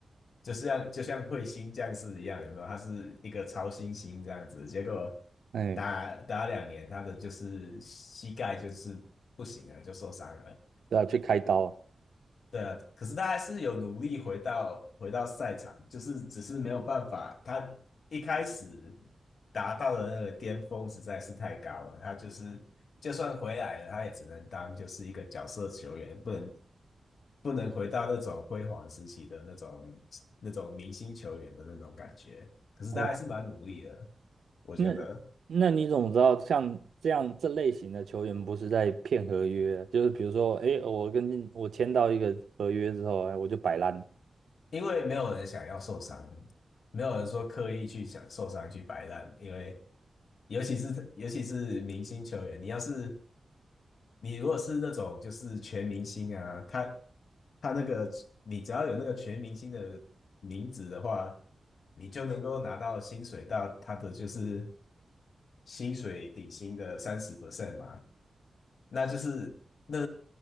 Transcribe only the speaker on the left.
就是像就像彗星降世一样，有没有？他是一个超新星这样子，结果打打两年，
他的就是膝盖就是不行了，就受伤了。
对啊，可是他还是有努力回到回到赛场，就是只是没有办法，他一开始达到的那个巅峰实在是太高了，他就是就算回来了，他也只能当就是一个角色球员，不能不能回到那种辉煌时期的那种那种明星球员的那种感觉。可是他还是蛮努力的，
我觉得，
因为没有人想要受伤，没有人说刻意去想受伤去摆烂，因为尤其是尤其是明星球员，你要是你如果是那种就是全明星啊，他他那个你只要有那个全明星的名字的话，你就能够拿到薪水到他的就是薪水底薪的三十 percent 嘛。那就是那